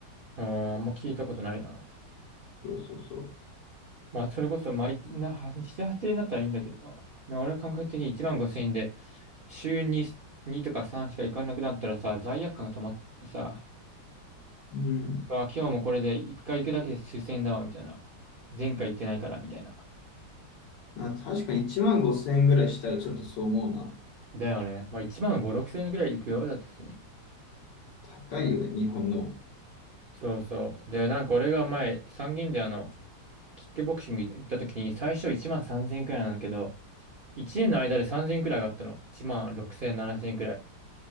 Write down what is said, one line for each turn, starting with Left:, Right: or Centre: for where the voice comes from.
Right: ああ、もう聞いたことないな。
Left: そうそうそう。
Right: まあ、それこそ、まあ、いな、は7、8円だったらいいんだけどな。な俺感覚的に1万5千円で、週に2とか3しか行かなくなったらさ、罪悪感が溜まってさ、
Left: うん。
Right: あ、今日もこれで1回行くだけで数千円だわ、みたいな。前回行ってないから、みたいな。
Left: あ、確かに1万5000円ぐらいしたらちょっとそう思うな。
Right: だよね。まあ、1万5、6千円くらい行くよ。だって普通に。
Left: 高いよね、日本の。
Right: そうそう。で、なんか俺が前、三軒茶屋のキックボクシング行った時に、最初1万3千円くらいなんだけど、1年の間で3千円くらい上がったの。1万6千、7千円くらい。